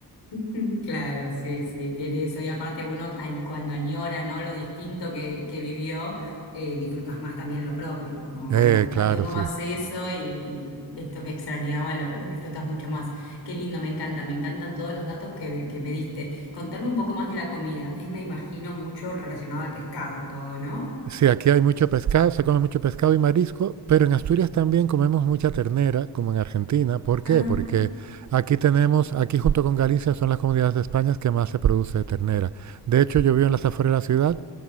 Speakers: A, on the left; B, on the right.
A: <laughs> Claro, sí, sí, tiene eso. Y aparte uno añ- cuando añora, ¿no? Lo distinto que, que vivió, eh, disfrutas más también lo propio, como,
B: Eh,
A: bueno, no
B: claro,
A: tengo
B: sí.
A: más eso y, y esto que extrañaba lo, lo disfrutas mucho más. Qué lindo, me encanta, me encantan todos los datos que, que me diste. Contame un poco más de la comida. Es, me imagino, mucho relacionado al pescado, todo, ¿no?
B: Sí, aquí hay mucho pescado, se come mucho pescado y marisco, pero en Asturias también comemos mucha ternera, como en Argentina. ¿Por qué?
A: Ah,
B: Porque aquí tenemos, aquí junto con Galicia son las comunidades de España que más se produce ternera. De hecho, yo vivo en las afueras de la ciudad